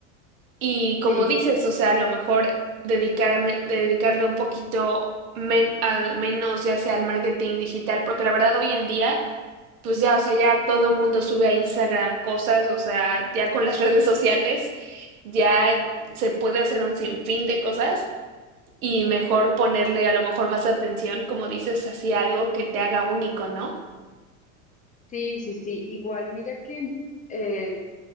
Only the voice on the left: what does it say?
sí.
Sí, sí, sí. Igual, mira que eh,